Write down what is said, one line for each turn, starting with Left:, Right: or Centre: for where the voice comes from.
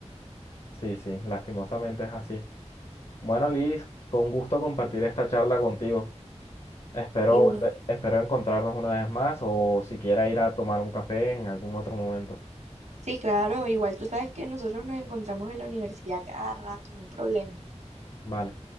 Left: Sí, sí, lastimosamente es así. Bueno, Liz, fue un gusto compartir esta charla contigo. Espero
Right: Y, bueno,
Left: volver- espero encontrarnos una vez más o siquiera ir a tomar un café en algún otro momento.
Right: sí, claro, igual tú sabes que nosotros nos encontramos en la universidad cada rato, no hay problema.
Left: Vale.